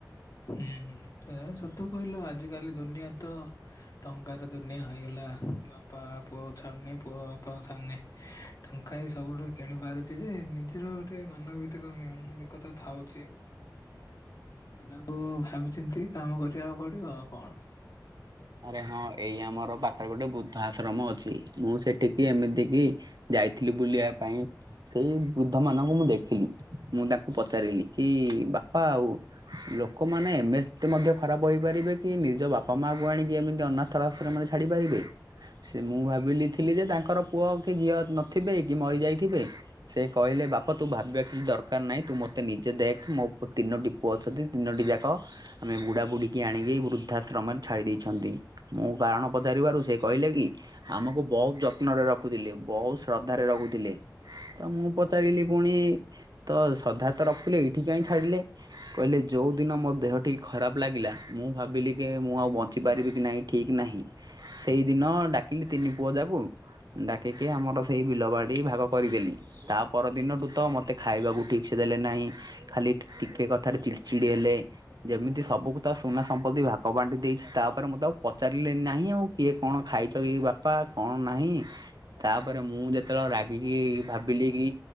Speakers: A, on the left; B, on the right.
A: ହୁଁ ହୁଁ ସେରା ସତ କହିଲ ଆଜିିକାଲି ଦୁନିଆ ତ ଟଙ୍କାର ଦୁନିଆ ହେଇ ହେଲା ବାପା ପୁଅକୁ ଛାଡ଼ୁନି ପୁଅ ବାପାକୁ ଛାଡୁନି। ଟଙ୍କା ହିଁ ସବୁଠୁ କିଣି ପାରୁଛି ଯେ ନିଜର ଗୋଟେ ମାନ ଭିତିକ ମାନବିକତା ଥାଉଛି। ସେଇଟାକୁ ଭାବିଚିନ୍ତି କି କାମ କରିବାକୁ ପଡିବ ଆଉ କଣ।
B: ଆରେ ହଁ ଏଇ ଆମର ପାଖରେ ଗୋଟେ ବୃଦ୍ଧା ଆଶ୍ରମ ଅଛି ମୁଁ ସେଠିକି ଏମିତି କି ଯାଇଥିଲି ବୁଲିବା ପାଇଁ। ସେଇ ବୃଦ୍ଧ ମାନଙ୍କୁ ମୁଁ ଦେଖିଲି ମୁଁ ତାଙ୍କୁ ପଚାରିଲି କି ବାପା ଆଉ। ଲୋକମାନେ ଏମେତେ ମଧ୍ୟ ଖରାପ ହେଇପାରିବେ କି ନିଜ ବାପା ମା କୁ ଆଣିକି ଏମିତି ଅନାଥର ଆଶ୍ରମରେ ଛାଡ଼ିପାରିବେ। ସେ ମୁଁ ଭାବିଲି ଥିଲି ଯେ ତାଙ୍କର ପୁଅ କି ଝିଅ ନଥିବେ କି ମରିଯାଇଥିବେ। ସେ କହିଲେ ବାପ ତୁ ଭାବିବା କିଛି ଦରକାର ନାହିଁ ତୁ ମତେ ନିଜେ ଦେଖ ମୋ ପୁ ତିନୋଟି ପୁଅ ଅଛନ୍ତି ତିନୋଟି ଯାକ ଆମେ ବୁଢ଼ା ବୁଢିକି ଆଣିକି ଏଇ ବୃଦ୍ଧାଶ୍ରମ ରେ। ଛାଡ଼ି ଦେଇଛନ୍ତି ମୁଁ କାରଣ ପଚାରିବାରୁ ସେ କହିଲେ କି। ଆମକୁ ବହୁତ ଯତ୍ନରେ ରଖୁଥିଲେ ବହୁତ ଶ୍ରଦ୍ଧାରେ ରଖୁଥିଲେ। ତ ମୁଁ ପଚାରିଲି ପୁଣି ତ ଶ୍ରଦ୍ଧା ତ ରଖୁଥିଲେ ଏଇଠି କାହିଁ ଛାଡିଲେ? କହିଲେ ଯୋଉ ଦିନ ମୋ ଦେହ ଟିକେ ଖରାପ ଲାଗିଲା ମୁଁ ଭାବିଲି କି ମୁଁ ଆଉ ବଞ୍ଚି ପାରିବି କି ନାହିଁ ଠିକ ନାହିଁ ସେଇଦିନ ଡାକିଲି ତିନି ପୁଅ ଯାକୁ। ଡାକିକି ଆମର ସେଇ ବିଲବାଡ଼ି ଭାଗ କରିଦେଲି। ତା ପରଦିନଠୁ ତ ମୋତେ ଖାଇବାକୁ ଠିକ୍ସେ ଦେଲେ ନାହିଁ। ଖାଲି ଟିକ୍ ଟିକେ କଥାରେ ଚିଡ ଚିଡି ହେଲେ ଯେମିତି ସବୁକୁ ତ ସୁନା ସମ୍ପତ୍ତି ଭାବ କବାଟ ଦେଇଛି ତାପରେ ମୁଁ ତ ଆଉ ପଚାରିଲି ନାହିଁ ଆଉ କିଏ କଣ ଖାଇଛ କି ବାପା କଣ ନାହିଁ। ତାପରେ ମୁଁ ଯେତେବେଳେ ରାଗିକି ଭାବିଲି କି?